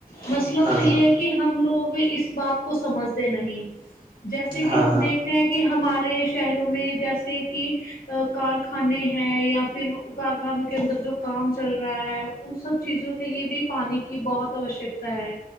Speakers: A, on the left; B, on the right.
A: مسئلہ
B: ہاں
A: تو
B: ہاں
A: یہ ہے کہ کہ ہم لوگ اس بات کو سمجھتے نہیں جیسے کہ
B: ہاں
A: ہم
B: ہاں
A: دیکھ ہیں کہ ہمارے شہروں میں جیسے کہ ا کارخانے ہے یا پھر کارخانوں کے اندر جو کام چل رہا ہے ان سب چیزوں کے لیے بھی پانی کی بہت آوشک ہے